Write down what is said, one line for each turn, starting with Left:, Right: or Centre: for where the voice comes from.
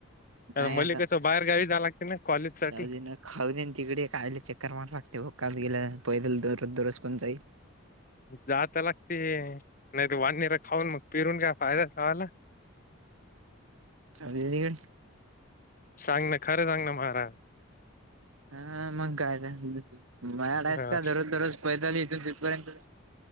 Right: नाही
Left: मले
Right: आता
Left: कसं बाहेर गावी जावं लागते ना कॉलेज साठी
Right: जाऊ ना खाऊ दे तिकडे कायले चक्कर मार लागते काल. गेला पैद दररोज दररोज कोण जाई.
Left: जात लागते नाही ते वानणीर खाऊन मग फिरून घ्या. पायला सल.
Right: अ निक.
Left: सांग ना खरं सांग ना महाराज.
Right: हा मंग काय मड आहेस
Left: हा
Right: का ररोज दररोज. पता इथ तिथपर्यंत.